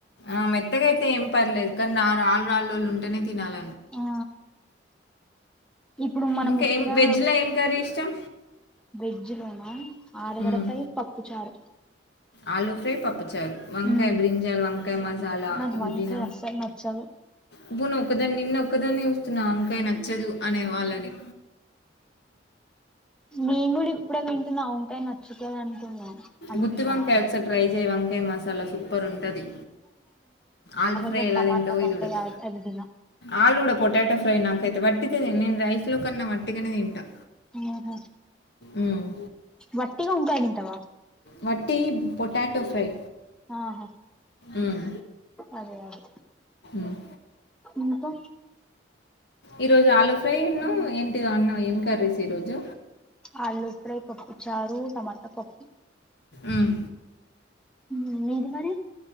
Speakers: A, on the left; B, in the centre.
A: ఆ మెత్తగతే ఏం పర్లేదు కానీ నా రాళ్ రాళ్ళోళ్ళు ఉంటేనే తినాల
B: ఆ ఇప్పుడు మనం
A: ఇంకా
B: ఉట్టిగా
A: ఏం వెజ్ ల ఏం కరీ ఇష్టం
B: వెజ్ లోన ఆలుగడ
A: మ్మ్.
B: ఫ్రై పప్పు చారు
A: ఆలు ఫ్రై, పప్పుచారు, వంకాయ,
B: ఉమ్
A: బ్రింజాల్, వంకాయ మసాలా
B: నాకు
A: ఇవి
B: వంకాయ
A: తిన.
B: అస్సలు నచ్చదు
A: ఇప్పు నువ్ ఒకదాని నిన ఒక్కదానే చూస్తున్న అంకాయ నచ్చదు అనే వాళ్ళని
B: నేను కూడా ఇప్పుడ వింటున్నా ఆ వంకాయ నచ్చుతది అంటున్న
A: గుత్తి వంకాయ
B: వాళ్ళని
A: ఒకసారి ట్రై చేయ్ వంకాయ మసాలా సూపర్ ఉంటది ఆలు ఫ్రై
B: గ
A: ఎలా
B: టమాటా
A: తింటావో
B: వంకాయ
A: ఇది కూడా
B: అ అదిదిన
A: ఆలు కూడ పొటాటో ఫ్రై నాకైతే వట్టిదే నేను రైస్ లో కన్నా వట్టిగనే తింటా
B: ఆహ
A: ఉమ్
B: వట్టి వంకాయ్ తింటవా
A: వట్టి పొటాటో ఫ్రై
B: ఆహా
A: ఉమ్,
B: అదే అదే
A: ఉమ్.
B: ఇంకా
A: ఈ రోజు ఆలు ఫ్రై ఉన్ను ఏంటిదో అన్నవ్ ఏం కర్రీస్ ఈ రోజు
B: ఆలూ ఫ్రై, పప్పు చారు, టమాటా పప్పు.
A: ఉమ్.
B: ఊ మీది మరి